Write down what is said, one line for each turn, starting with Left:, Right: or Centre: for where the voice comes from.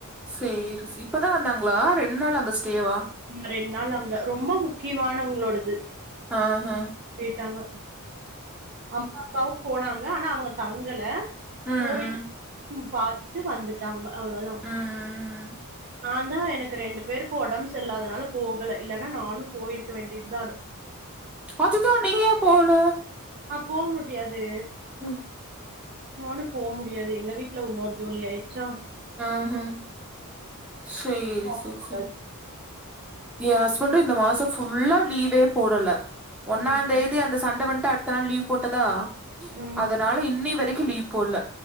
Centre: சேரி, சிப் இப்பதா வந்தாங்களா? ரெண்டு நாள் அங்க தேவா
Right: ரெண்டு நாள் அங்க ரொம்ப முக்கியமானவங்களோடது.
Centre: ஆஹ் ஹா
Right: ட்டாங்க அம்மா அப்பாவு போனாங் ஆனா அவங்க தங்கல.
Centre: ம்
Right: போயிட்டு
Centre: ம்
Right: ம் பாத்துட்டு வந்துட்டாங்க அவ்ளோதா
Centre: ம் ம்
Right: நான் நா எனக்கு ரெண்டு பேரு ஒடம்பு செல்லாதனால போகல இல்லனா நானு போயிர்க்க வேண்டியதுதார்
Centre: அதுதா நீயே போல
Right: ந போ முடியாது
Centre: ஆஹ்ம்
Right: நானு போ முடியாது எங்க வீட்ல உன்னொரு ஜோலி ஆய்ச்சா
Centre: ஆஹ்ஹ சேரி
Right: போக
Centre: சேர்
Right: கூடாது
Centre: சேரி எ ஹஸ்பண்டு இந்த மாசோ ஃபுல்லா லீவே போடல ஒன்னா
Right: ம்
Centre: தேதி அந்த சந் வண்ட்ட அடுத்த நாள் லீவ் <unintelligible> போட்டதா
Right: ம் ம்
Centre: அதனால இன்னி வரைக்கு லீ போல்ல